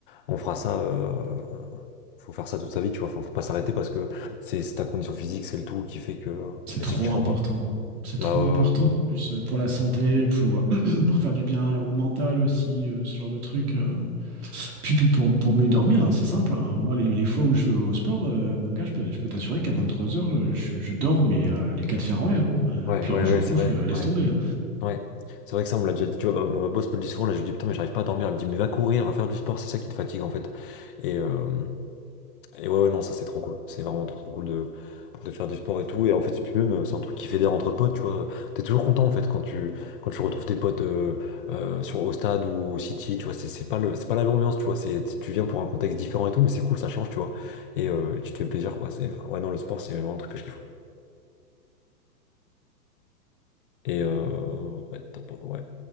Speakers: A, on the left (about 35°); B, on the right (about 60°).
A: on fera ça euh, faut faire ça toute sa vie, tu vois. Enfin, faut pas s'arrêter parce que c'est c'est ta condition physique, c'est le tout qui fait que
B: C'est
A: que
B: trop
A: c'est kiffant
B: important.
A: quoi.
B: C'est
A: Bah
B: trop
A: ouais,
B: important en plus euh, pour la santé, pour, <clears throat> pour faire du bien au mental aussi, euh, ce genre de truc. euh. Puis puis pour, pour mieux dormir, hein, c'est simple. hein. Moi, les, les fois où je vais au sport, euh, mon gars, je peux, je peux t'assurer qu'à 23h, je, je dors, mais euh, les quatre fers en l'air. hein. Euh,
A: ouais,
B: puis
A: ouais, ouais,
B: alors, je
A: ouais,
B: ronfle,
A: c'est vrai.
B: euh, laisse
A: Ouais.
B: tomber. hein.
A: Ouais, c'est vrai que ça, on me l'a déjà dit, tu vois, ma, ma boss me le dit souvent, là, je lui dis, putain, mais j'arrive pas à dormir, elle me dit, mais va courir, va faire du sport, c'est ça qui te fatigue, en fait. Et, euh, et ouais, ouais, non, ça, c'est trop cool, c'est vraiment trop, trop cool de, de faire du sport et tout, et en fait, c'est puis même, euh, c'est un truc qui fédère entre potes, tu vois, t'es toujours content, en fait, quand tu, quand tu retrouves tes potes euh, euh, sur, au stade ou au City, tu vois, c'est c'est pas le, c'est pas la même ambiance, tu vois, c'est, tu viens pour un contexte différent et tout, mais c'est cool, ça change, tu vois, et, euh, et tu te fais plaisir, quoi, c'est, enfin, ouais, non, le sport, c'est vraiment un truc que je kiffe. Et, euh, ouais, top, ouais.